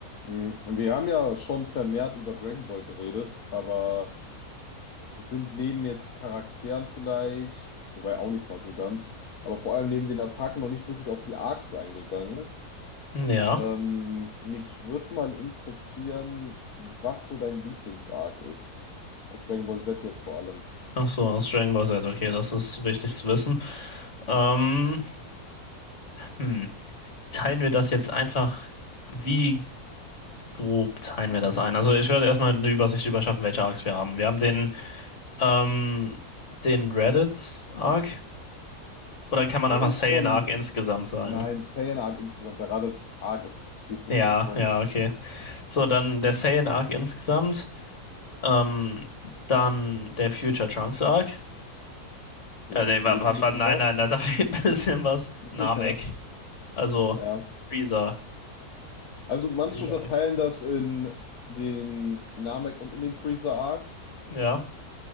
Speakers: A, on the left (about 70°); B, on the left (about 50°).
A: Mm, Wir haben ja schon vermehrt über Dragon Ball geredet, aber sind neben jetzt Charakteren vielleicht, wobei auch nicht mal so ganz, aber vor allem neben den Attacken noch nicht wirklich auf die Arcs eingegangen.
B: Ja,
A: Ähm, mich würde mal interessieren, was so dein Lieblings-Arc ist. Aus Dragon Ball Z jetzt vor allem.
B: ach so, aus Dragon Ball Z, okay, das ist wichtig zu wissen. Ähm, hm. Teilen wir das jetzt einfach, wie grob teilen wir das ein? Also ich werde erstmal eine Übersicht überschaffen, welche Arcs wir haben. Wir haben den, ähm, den Reddit-Arc, oder kann man
A: Der
B: einfach
A: ist
B: Saiyan-Arc
A: schon,
B: insgesamt sagen?
A: nein, Saiyan-Arc insgesamt. Der Raditz-Arc ist viel zu
B: Ja,
A: kurz, sonst
B: ja, okay. So, dann der Saiyan-Arc insgesamt, ähm, dann der Future Trunks-Arc.
A: ja,
B: Äh, nee,
A: fehlt
B: wa- was,
A: ein bisschen
B: was, nein,
A: was.
B: nein, da da fehlt ein bisschen was.
A: <laughs>
B: Namek.
A: Ja,
B: Also
A: ja.
B: Freezer.
A: Also manche
B: Freezerg.
A: unterteilen das in den Namek und in den Freezer Arc.
B: Ja.